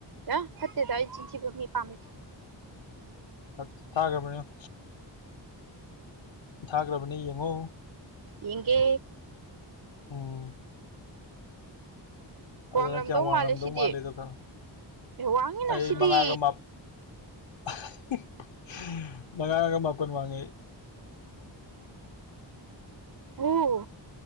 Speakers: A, on the right; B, on the left.
A: ꯑ ꯐꯠꯇꯦꯗ ꯑꯩ ꯆꯤꯟꯊꯤꯕ ꯃꯤ ꯄꯥꯝꯗꯦ
B: ꯊ ꯊꯥꯒ꯭ꯔꯕꯅꯦ ꯎꯝ ꯊꯥꯒ꯭ꯔꯕꯅꯦ ꯌꯦꯡꯉꯣ
A: ꯌꯦꯡꯒꯦ
B: ꯎꯝ ꯑꯗꯣ
A: ꯋꯥꯡꯂꯝꯗꯧ
B: ꯅꯪ ꯀꯌꯥꯝ ꯋꯥꯡꯉꯝꯗꯧ
A: ꯃꯥꯜꯂꯦ ꯁꯤꯗꯤ
B: ꯃꯥꯜꯂꯦꯗꯣ ꯈ
A: ꯑꯦ ꯋꯥꯡꯉꯤꯅ
B: ꯑꯩ
A: ꯁꯤꯗꯤ
B: ꯃꯉꯥꯒ ꯃꯥ <unintelligible> ꯃꯉꯥꯡꯒ ꯃꯥꯄꯟ ꯋꯥꯡꯉꯦ ꯑꯩ
A: ꯑꯣ